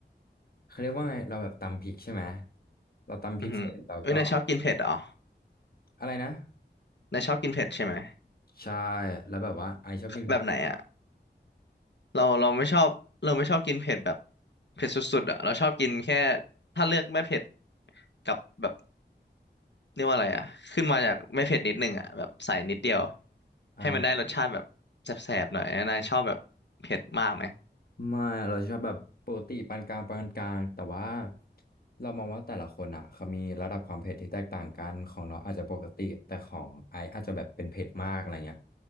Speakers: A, on the left (about 55°); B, on the left (about 70°).
A: เขาเรียกว่าไง เราแบบตำพริกใช่ไหม เราตำพริกเสร็จเราก็
B: อือหือเอ้ยนายชอบกินเผ็ดเหรอ
A: อะไรนะ
B: นายชอบกินเผ็ดใช่ไหม
A: ใช่แล้วแบบว่าไอชอบกิน
B: แบบไหนอ่ะเราเราไม่ชอบเราไม่ชอบกินเผ็ดแบบเผ็ดสุดๆอ่ะเราชอบกินแค่ถ้าเลือกไม่เผ็ดกับแบบเรียกว่าอะไรอ่ะขึ้นมาจากไม่เผ็ดนิดนึงอ่ะแบบใส่นิดเดียว
A: อ่า
B: ให้มันได้รสชาติแบบแสบๆหน่อยนายชอบแบบเผ็ดมากไหม
A: ไม่เราชอบแบบปกติปานกลางปานกลางแต่ว่าเรามองว่าแต่ละคนอ่ะเขามีระดับความเผ็ดที่แตกต่างกันของเราอาจจะปกติแต่ของไอซ์อาจจะแบบเป็นเผ็ดมากอะไรเงี้ย